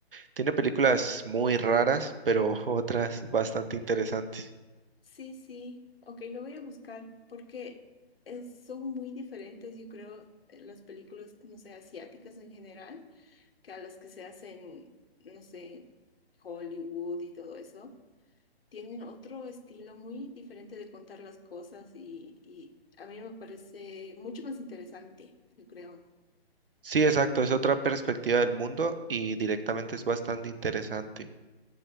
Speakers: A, on the right (about 60°); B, on the left (about 65°).
A: Tiene películas muy raras, pero <laughs> otras bastante interesantes.
B: Sí, sí, ok, lo voy a buscar porque es- son muy diferentes, yo creo, eh, las películas, no sé, asiáticas en general, que a las que se hacen, no sé, Hollywood y todo eso. Tienen otro estilo muy diferente de contar las cosas y, y a mí me parece mucho más interesante, yo creo.
A: Sí, exacto, es otra perspectiva del mundo y directamente es bastante interesante.